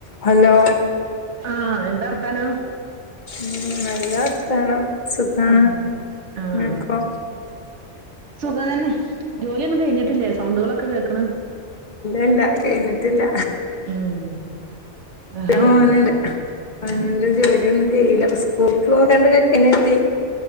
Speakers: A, on the left (about 40°); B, on the right (about 75°).
A: Hello
B: ആഹ് എന്താർത്താനം
A: ഉം നല്ല വർത്താനം സുഖാണ്
B: ആഹ് ആഹ്
A: ഇങ്ങക്കോ
B: സുഖം തന്നെ ജോലിയൊന്നും കഴിഞ്ഞിട്ടില്ലേ സൗണ്ടുകളൊക്കെ കേൾക്ണ്
A: ഇല്ലല്ല കഴ്ഞ്ഞിട്ടില്ല
B: ഉം ആഹാ
A: <unintelligible> അൻത് ജോലിയൊന്നും കെയ്യില്ല സ്കൂൾക്ക് പോകണ്ട ചെക്കനെത്തി